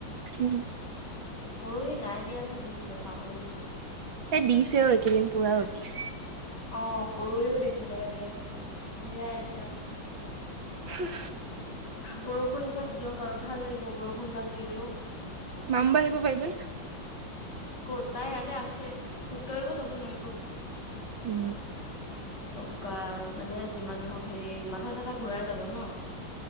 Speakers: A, on the right (about 70°); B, on the left (about 55°).
A: উম।
B: পৰহি নাই দিয়া নে দিছিলে পাহৰিছোঁ।
A: সে দিছেও, এইকেইদিন পুৰা ৰ'দ দিছ
B: অ', পৰহিও দিছিলে দে। সেইয়াই এতিয়া
A: হাহ।
B: বৰষুণ এজাক দিয়ক আৰু ভাল লাগিব বৰষুণ যাক দিলেও।
A: মাম বা আহিব পাৰিবনে?
B: কত, তাই ইয়াতে আছে। খোজ কাঢ়িব যাব নোৱাৰিব।
A: উম
B: অঃ, <unintelligible> মানে যিমান নহওক হেৰি, মাথা চাথা ঘূৰাই যাব ন।